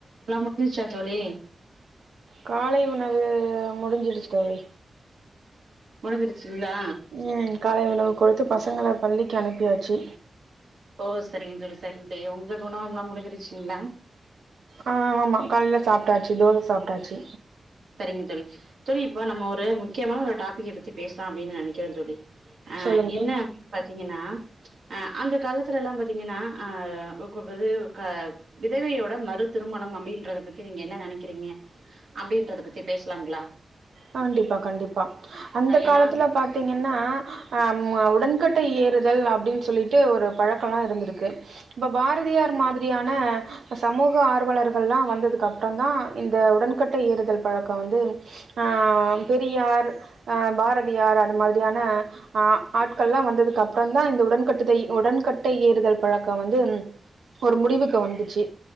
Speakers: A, on the right (about 70°); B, on the right (about 90°).
A: எல்லா முடிஞ்சிருச்சா தோழி
B: காலை உணவு முடிஞ்சிருச் தோழி
A: முடிஞ்சிருச்சுங்ளா
B: ம் காலை உணவு கொடுத்து பசங்கள பள்ளிக்கு அனுப்பியாச்சு
A: ஓ சரிங்க தோழி சரிங்க தோழி ஒங்ளுக்கு உணவம்லா முடிஞ்சிருச்சிங்ளா
B: ஆ ஆமா கால்ல சாப்ட்டாச்சு தோச சாப்ட்டாச்சு
A: சரிங்க தோழி தோழி இப்ப நம்ம ஒரு முக்கியமான ஒரு டாபிக்க பத்தி பேசலா அப்டின் நெனக்கிறே தோழி அ
B: சொல்லுங்க
A: என்ன அப்டின் பாத்தீங்கன்னா ஆ அந்த காலத்துலலா பாத்தீங்கன்னா அ இப்ப இது க விதவையோட மறு திருமணம் அப்டின்றத பத்தி நீங்க என்ன நெனக்கிறீங்க அப்டின்றத பத்தி பேசலாங்ளா
B: கண்டிப்பா கண்டிப்பா அந்த காலத்துல
A: ஏன்னா
B: பாத்தீங்கன்னா அம் உடன் கட்டை ஏறுதல் அப்டின் சொல்லிட்டு ஒரு பழக்கொல்லா இருந்துருக்கு ப்ப பாரதியார் மாதிரியான ப்ப சமூக ஆர்வலர்கள்லா வந்ததுக்கு அப்ற தா இந்த உடன் கட்டை ஏறுதல் பழக்கொ வந்து அ பெரியார் அ பாரதியார் அது மாரியான அ ஆட்கள்லா வந்ததுக்கு அப்றோ தா இந்த உடன்கட்டுதை உடன்கட்டை ஏறுதல் பழக்கொ வந்து ஒரு முடிவுக்கு வந்துச்சு